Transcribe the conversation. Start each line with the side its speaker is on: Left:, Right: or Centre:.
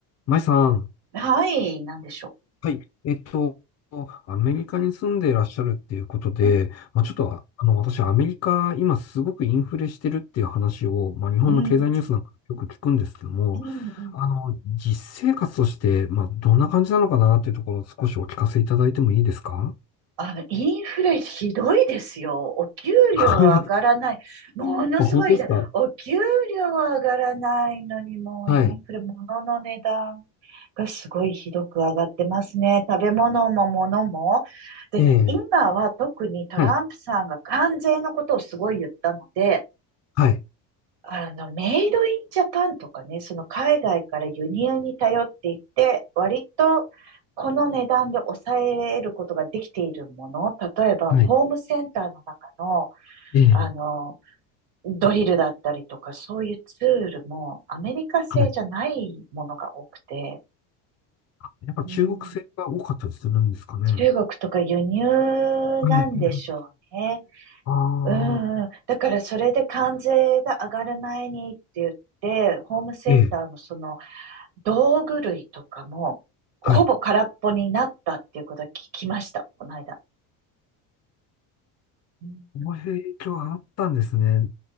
Left: マイさん、
Right: はい、なんでしょ
Left: はい。えっと、アメリカに住んでいらっしゃるっていうことで、
Right: うん、
Left: まあ、ちょっと、ああの、私、アメリカ、今すごくインフレしてるっていう話を、まあ、日本の経済ニュースなんかよく聞くんですけども、
Right: うん、うん、うん。
Left: あの、実生活として、まあ、どんな感じなのかなっていうところを少しお聞かせいただいてもいいですか
Right: あの、インフレひどいですよ。お給料は上がらない。
Left: はい。
Right: ものすごいひどい。
Left: <laughs> あ本当ですか
Right: お給料は上がらないのに、もうインフレ、
Left: はい。
Right: 物の値段がすごいひどく上がってますね。食べ物も物も。で、
Left: ええ、
Right: 今は特にトランプさんが関税のことをすごい言ったので、
Left: はい。はい。
Right: あの、メイドインジャパンとかね、その海外から輸入に頼っていて、割とこの値段で抑えることができているもの、例えばホームセンターの中の、
Left: はい。ええ、
Right: あの、ドリルだったりとか、そういうツールもアメリカ製じゃないものが多くて、
Left: はい。やっぱ中国製が多かったりするんですかね。
Right: うん
Left: は
Right: 中国とか輸入なんでしょうね。
Left: い。はいあ
Right: うんうん。
Left: あ。
Right: だからそれで関税が上がる前にって言って、ホームセンターのその
Left: ええ、
Right: 道具類とかも、ほぼ空っぽになったっていうことは聞きました、
Left: はい。
Right: この間。うん
Left: うこういう影響があったんですね。